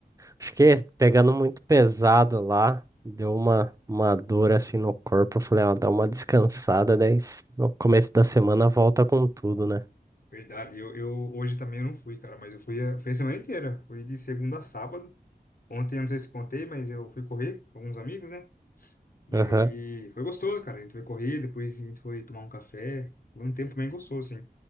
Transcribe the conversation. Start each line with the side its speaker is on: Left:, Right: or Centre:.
Right: Acho que pegando muito pesado lá. Deu uma, uma dor assim no corpo. Eu Falei, ó, dá uma descansada. Daí s- no começo da semana volta com tudo, né?
Left: Verdade, eu, eu hoje também eu não fui, cara, mas eu fui a, fui a semana inteira. Fui de segunda a sábado. Ontem, eu não sei se contei, mas eu fui correr com alguns amigos, né? E
Right: Aham.
Left: aí foi gostoso, cara. A gente foi correr, depois a gente foi tomar um café. Foi um tempo bem gostoso, assim.